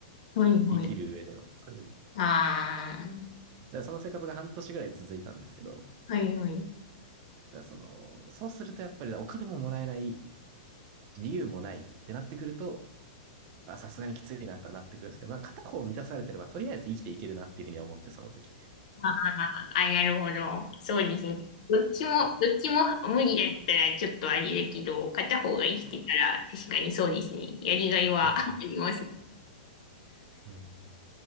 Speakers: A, on the left; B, on the right.
A: はい、はい。
B: 生きる上での。だか
A: あ
B: らその生活が半年ぐらい続いたんですけど、だか
A: あ、はい、はい。
B: らその、そうするとやっぱりお金ももらえない、理由もないってなってくると、あさすがにきついなってなってくるんですけど、なんか片方満たされてれば、とりあえず生きていけるなっていうふうには思って、その時。
A: ああ、あなるほど。そうですね。どっちも、
B: そう。
A: どっちも無理だったらちょっとあれだけど、片方が生きてたら確かにそうですね。
B: う
A: やりがいは
B: ん。
A: <laughs> ありますもん
B: うん。